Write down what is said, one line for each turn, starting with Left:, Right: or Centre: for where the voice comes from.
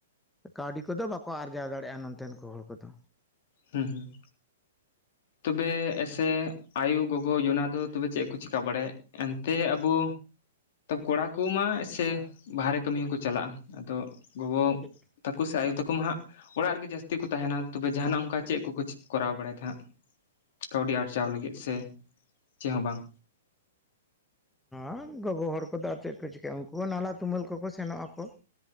Centre: ᱠᱟᱹᱣᱰᱤ ᱠᱚᱫᱚ ᱵᱟᱠᱚ ᱟᱨᱡᱟᱣ ᱫᱟᱲᱮᱭᱟᱜ-ᱟ ᱱᱚᱛᱮᱱ ᱠᱚ ᱦᱚᱲ ᱠᱚᱫᱚ᱾
Left: ᱦᱩᱸ ᱦᱩᱸ ᱛᱚᱵᱮ ᱮᱥᱮ ᱟᱭᱳ ᱜᱚᱜᱚ ᱡᱚᱱᱟ ᱫᱚ ᱛᱚᱵᱮ ᱪᱮᱫ ᱠᱚ ᱪᱮᱠᱟ ᱵᱟᱲᱟᱭᱮᱜ? ᱮᱱᱛᱮ ᱟᱵᱚ, ᱠᱚᱲᱟ ᱠᱚᱢᱟ ᱮᱥᱮ ᱵᱟᱦᱨᱮ ᱠᱟᱹᱢᱤ ᱦᱚᱸᱠᱚ ᱪᱟᱞᱟᱜᱼᱟ ᱟᱫᱚ ᱜᱚᱜᱚ
Centre: ᱴᱷᱤᱠ
Left: ᱛᱟᱠᱚ ᱥᱮ ᱟᱭᱳ ᱛᱟᱠᱚ ᱢᱟ ᱦᱟᱸᱜ ᱚᱲᱟᱜ ᱨᱮᱜᱮ ᱡᱟᱹᱥᱛᱤ ᱠᱚ ᱛᱟᱦᱮᱱᱟ ᱛᱚᱵᱮ ᱡᱟᱦᱟᱱᱟᱜ ᱚᱱᱠᱟ ᱪᱮᱫ ᱠᱚᱠᱚ ᱪᱮ ᱠᱚᱨᱟᱣ ᱵᱟᱲᱟᱭ ᱛᱮ ᱦᱟᱸᱜ? ᱠᱟᱹᱣᱰᱤ ᱟᱨᱡᱟᱣ ᱞᱟᱹᱜᱤᱫ ᱥᱮ ᱪᱮᱫ ᱦᱚᱸ ᱵᱟᱝ?
Centre: ᱚ ᱜᱚᱜᱚ ᱦᱚᱲ ᱠᱚᱫᱚ ᱟᱨ ᱪᱮᱫ ᱠᱚ ᱪᱤᱠᱟᱭᱟ ᱩᱱᱠᱩ ᱱᱟᱞᱦᱟ ᱛᱩᱢᱟᱹᱞ ᱠᱚᱠᱚ ᱥᱮᱱᱚᱜ ᱟᱠᱚ ᱾